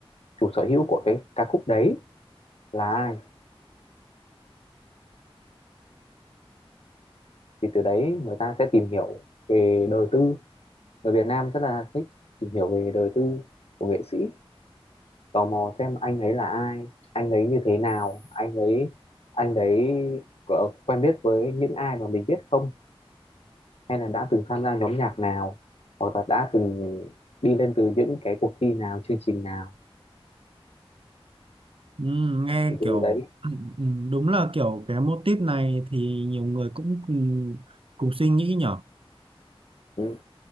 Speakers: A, on the left (about 85°); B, on the right (about 65°).
A: chủ sở hữu của cái ca khúc đấy là ai thì từ đấy người ta sẽ tìm hiểu về đời tư người Việt Nam rất là thích tìm hiểu về đời tư của nghệ sĩ tò mò xem anh ấy là ai anh ấy như thế nào anh ấy anh ấy có quen biết với những ai mà mình biết không hay là đã từng tham gia nhóm nhạc nào hoặc là đã từng đi lên từ những cái cuộc thi nào chương trình nào
B: Ừ, nghe
A: thì từ
B: kiểu
A: đấy
B: ừ, ừ, đúng là kiểu cái motif này thì nhiều người cũng cùng cùng suy nghĩ nhở.
A: ừ,